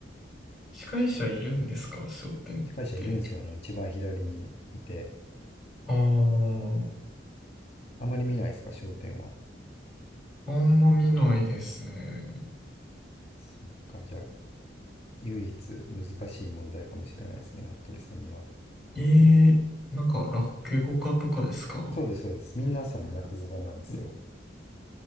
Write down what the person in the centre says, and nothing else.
司会者いるんですか笑点って。
ああ、
あんま見ないですね。
ええー、なんか、落語家とかですか